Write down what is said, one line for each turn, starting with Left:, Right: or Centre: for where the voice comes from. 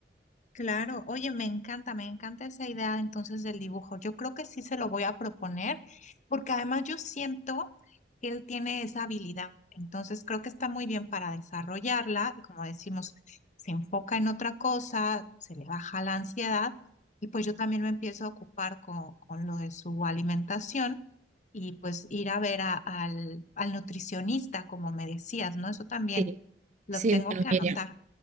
Left: Claro, oye, me encanta, me encanta esa idea entonces del dibujo. Yo creo que sí se lo voy a proponer, porque además yo siento que él tiene esa habilidad. Entonces creo que está muy bien para desarrollarla y como decimos, se enfoca en otra cosa, se le baja la ansiedad y pues yo también me empiezo a ocupar con, con lo de su alimentación y pues ir a ver a- al, al nutricionista, como me decías, ¿no? Eso también
Right: Sí,
Left: lo
Right: sí,
Left: tengo
Right: bueno,
Left: que anotar.
Right: Miriam.